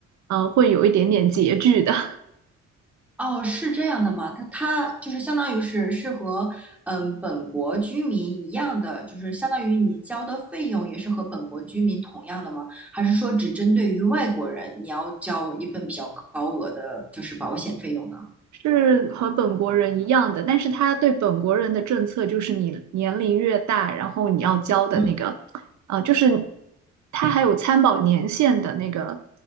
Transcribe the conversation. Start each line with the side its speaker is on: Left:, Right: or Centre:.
Right: 呃，会有一点点拮据的。<laughs>
Centre: 哦，是这样的吗？他他就是相当于是是和嗯本国居民一样的，就是相当于你交的费用也是和本国居民同样的吗？还是说只针对于外国人，你要交一份比较高额的就是保险费用呢？
Right: 是和本国人一样的，但是他对本国人的政策就是你年龄越大，然后你要交的那个，
Centre: 嗯
Right: 呃，就是他还有参保年限的那个